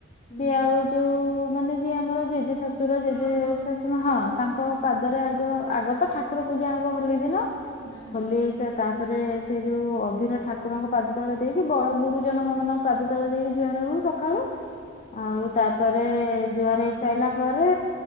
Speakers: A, on the left (about 20°); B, on the left (about 35°).
A: ହୁଁ
B: ଯିଏ ଆଉ ଯୋଉଁ ମାନେ ଯିଏ ଆମର ଜେଜେ ଶଶୁର ଜେଜେ
A: ନଣନ୍ଦ
B: ଶାଶୁ ହଁ। ତାଙ୍କ
A: ହୁଁ
B: ପାଦରେ ଆଗ ଆଗ ତ ଠାକୁର ପୂଜା ହବ ହୋଲି ଦିନ
A: ହୁଁ
B: ହୋଲି ସେ ତାଙ୍କ ତାପରେ ସେ ଯୋଉଁ ଅଭିର ଠାକୁରଙ୍କ ପାଦ ତଳେ ଦେଇକି ବଡ ଗୁରୁଜନ ମାନଙ୍କ ପାଦ ତଳେ ଦେଇକି ଜୁହାର ହଉ ସକାଳୁ। ଆଉ
A: ଆଜ୍ଞା
B: ତାପରେ ରେ ଜୁହାର ହେଇ ସାଇଲା ପରେ